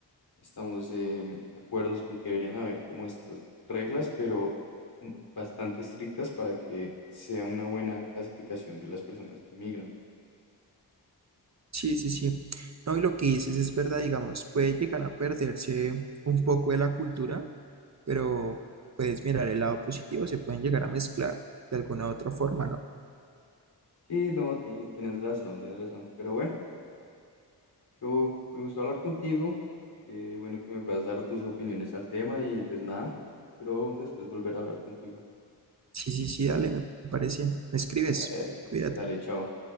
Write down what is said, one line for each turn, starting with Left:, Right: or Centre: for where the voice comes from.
Left: estamos em, acuerdos con que deberían haber como estas reglas, pero mm, bastante estrictas para que sea una buena clasificación de las personas que migran.
Right: Sí, sí, sí. No, y lo que dices es verdad, digamos, puede llegar a perderse un poco de la cultura, pero puedes mirar el lado positivo, se pueden llegar a mezclar de alguna u otra forma, ¿no?
Left: Sí, no, ti- tienes razón, tienes razón. Pero bueno, yo me gustó hablar contigo. Qué bueno que me puedas dar tus opiniones al tema y pues nada, espero después volver a hablar contigo.
Right: Sí, sí, sí, dale, me parece. Me escribes.
Left: Dale, dale,
Right: Cuídate.
Left: dale, chao.